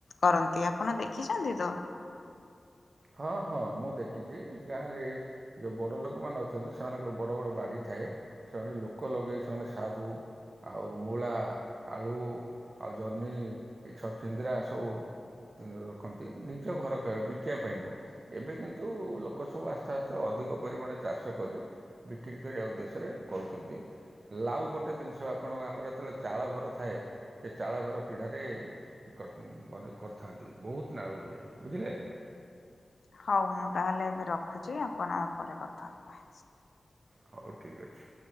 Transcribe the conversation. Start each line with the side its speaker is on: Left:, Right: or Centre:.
Left: କରନ୍ତି। ଆପଣ ଦେଖିଛନ୍ତି ତ।
Right: ହଁ ହଁ ମୁଁ ଦେଖିଛି ଗାଁରେ। ଯୋଉ ବଡ଼ ଲୋକମାନେ ଅଛନ୍ତି, ସେମାନଙ୍କର ବଡ଼ ବଡ଼ ବାଡ଼ି ଥାଏ, ସେମାନେ ଲୋକ ଲଗାଇ ସେମାନେ ସାରୁ‌। ଆଉ ମୂଳା, ଆଳୁ ଆଉ ଜହ୍ନି ଏଇ ଛଛିନଦ୍ରା ସବୁ। ରଖନ୍ତି ନିଜ ଘର ଖାଇବାକୁ ବିକିବା ପାଇଁ ନୁହଁ, ଏବେ କିନ୍ତୁ ଲୋକ ସବୁ ଆସ୍ତେ ଆସ୍ତେ ଅଧିକ ପରିମାଣରେ ଚାଷ କରି। ବିକ୍ରି କରିବା ଉଦେଶ୍ୟ ରେ କରୁଛନ୍ତି। ଲାଉ ଗୋଟେ ଦିନିଷ ଆପଣଙ୍କ ଆମର ଯେତେବେଳେ ଚାଳଘର ଥାଏ, ସେ ଚାଳ ଘର ପି଼ଢାରେ। କରିଥିନ୍ ବନ୍ଧୁ କରିଥାନ୍ତି ବହୁତ ନାଉ ହୁଏ, ବୁଝିଲେ ଆଜ୍ଞା।
Left: ହଉ ମୁଁ ତାହେଲେ ଏବେ ରଖୁଛି ଆପଣ ଆ ପରେ କଥା ହବା।
Right: ହଉ ଠିକ୍ ଅଛି।